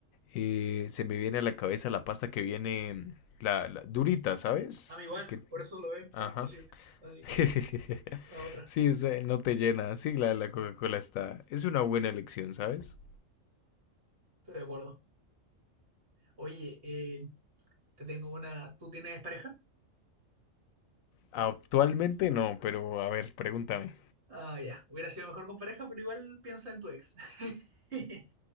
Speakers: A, on the left; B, on the right.
A: eh, se me viene a la cabeza la pasta que viene, la, la durita, ¿sabes?
B: A mí igual,
A: Que,
B: por eso lo ven como
A: ajá.
B: imposible. Así
A: <laughs>
B: que la otra,
A: Sí, o sea, no te llena. Sí, la de la Coca-Cola está. Es una buena elección, ¿sabes?
B: estoy de acuerdo. Oye, eh, te tengo una. ¿Tú tienes pareja?
A: Actualmente no, pero a ver, pregúntame.
B: Ah, ya. Hubiera sido mejor con pareja, pero igual piensa en tu ex. <laughs>